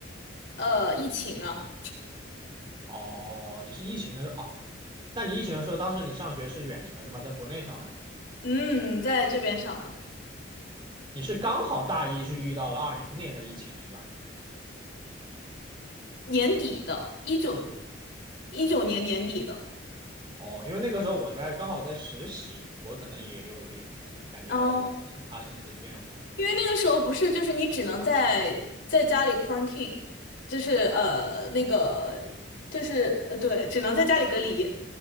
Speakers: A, on the left (about 65°); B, on the right (about 25°).
A: 呃，疫情啊，
B: 哦，你是疫情的时候哦，那你疫情的时候，当时你上学是远程是吧？在国内上的时候，
A: 嗯，在这边上的，
B: 你是刚好大一是遇到了二零年的疫情是吧？
A: 年底的，一九一九年年底的。
B: 哦，因为那个时候我在刚好在实习，我可能也有一点感觉到了我发生了一些变化。
A: 嗯。因为那个时候不是，就是你只能在在家里 quarantine，就是呃那个就是呃对，只能在家里隔离。